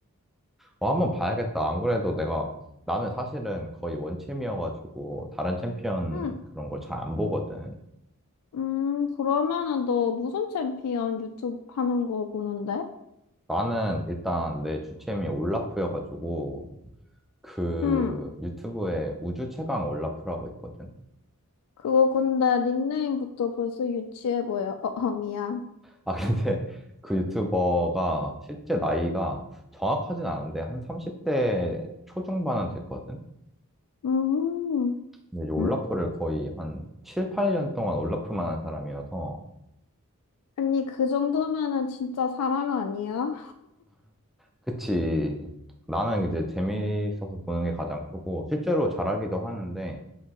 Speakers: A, in the centre; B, on the left (about 80°).
A: 어, 한번 봐야겠다. 안 그래도 내가, 나는 사실은 거의 원챔이어가지고, 다른 챔피언
B: 음,
A: 그런 걸 잘 안 보거든.
B: 음, 그러면은 너 무슨 챔피언 유튜브 하는 거 보는데?
A: 나는 일단 내 주챔이 올라프여가지고, 그
B: 음,
A: 유튜브에 우주 최강 올라프라고 있거든.
B: 그거 근데 닉네임부터 벌써 유치해 보여. 어, 어 미안.
A: 아, 근데 <laughs> 그 유튜버가 실제 나이가 정확하진 않은데, 한 30대 초중반은 됐거든.
B: 음,
A: 근데 이제 올라프를
B: 음?
A: 거의 한 7, 8년 동안 올라프만 한 사람이어서,
B: 아니 그 정도면은 진짜 사랑 아니야?
A: 그치. 나는 이제 재미있어서 보는 게 가장 크고, 실제로 잘하기도 하는데,